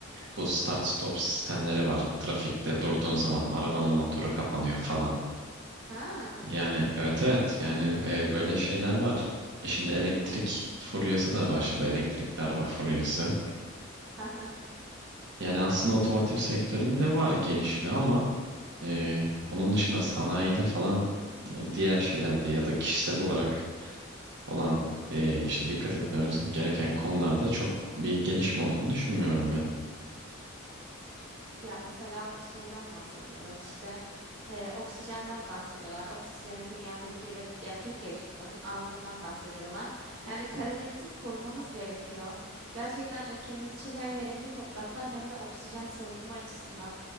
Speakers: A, on the right; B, on the right.
A: bu start stop sistemleri var. Trafikte durduğun zaman arabanın motoru kapanıyor falan.
B: Ha.
A: Yani evet evet yani e, böyle şeyler var. E şimdi elektrik furyası da başladı. Elektrikli araba furyası.
B: Aha.
A: Yani aslında otomotiv sektöründe var gelişme ama e, onun dışında sanayide falan e, diğer şeylerde ya da kişisel olarak olan e, işte dikkat etmemiz gereken konularda çok bir gelişme olduğunu düşünmüyorum ben.
B: Ya mesela şeyden bahsediyorlar işte e, oksijenden bahsediyorlar. Oksijenin dünyadaki ve ya Türkiye için konuşayım azlığından bahsediyorlar. Yani Karadeniz'i korumamız gerekiyor. Gerçekten ülkemiz için hem verimli topraklar hem de oksijen salınımı açısından